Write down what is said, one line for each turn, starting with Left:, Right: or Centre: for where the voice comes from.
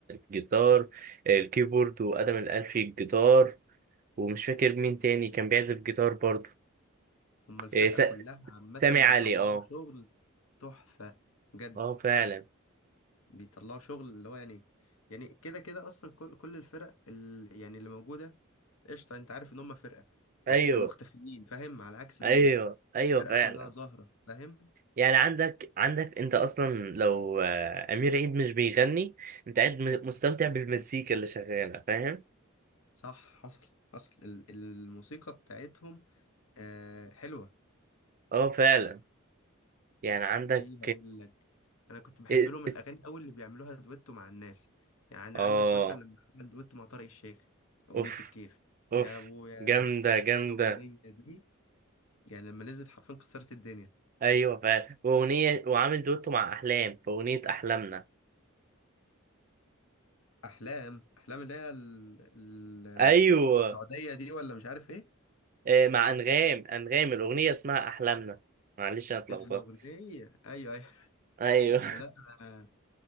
Right: الجيتار الكيبورد وادم الالفي الجيتار ومش فاكر مين تاني كان بيعزف جيتار برضه
Left: هما الفرقة
Right: إيه، س-
Left: كلها
Right: س-
Left: عامة
Right: سامي علي
Left: بيطلعوا
Right: اه
Left: شغل تحفة بجد
Right: اه فعلا
Left: بيطلعوا شغل اللي هو يعني يعني كده كده أصلا كل كل الفرق ال... يعني اللي موجودة قشطة أنت عارف إن هما فرقة
Right: ايوه
Left: بس مختفيين فاهم على عكس
Right: ايوه
Left: دول
Right: ايوه
Left: الفرقة
Right: فعلا
Left: كلها ظاهرة فاهم
Right: يعني عندك عندك انت اصلا لو آه، امير عيد مش بيغني انت قاعد م- مستمتع بالمزيكا اللي شغاله فاهم
Left: صح حصل حصل ال- الموسيقى بتاعتهم آه حلوة
Right: اه فعلا يعني عندك
Left: وفي هقول لك انا كنت بحب
Right: إيه-
Left: لهم الاغاني
Right: اس-
Left: قوي اللي بيعملوها دويتو مع الناس يعني
Right: اه
Left: عندك مثلا لما عمل دويتو مع طارق الشيخ اغنيه
Right: اوف
Left: الكيف
Right: اوف
Left: يا ابويا
Right: جامده جامده
Left: الاغنيه دي يعني لما نزلت حرفيا كسرت الدنيا
Right: ايوه فعلا واغنيه وعامل دوتو مع احلام في اغنيه احلامنا
Left: احلام احلام اللي هي ال... ال...
Right: ايوه
Left: السعوديه دي ولا مش عارف ايه
Right: آه، مع انغام انغام الاغنيه اسمها احلامنا معلش انا اتلخبطت
Left: الاغنيه ايوه ايوه
Right: ايوه
Left: <laughs> لا انا